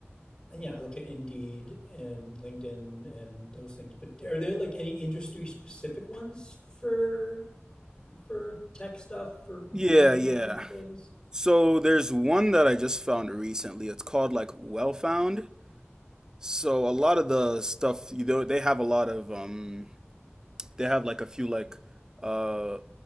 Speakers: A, on the left (about 15°); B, on the right (about 15°).
A: And yeah, I look at Indeed and LinkedIn and those things. But are there like any industry specific ones for for tech stuff for computer
B: Yeah,
A: engineering
B: yeah.
A: things?
B: So there's one that I just found recently. It's called like Well Found. So a lot of the stuff, you know, they have a lot of um they have like a few like uh.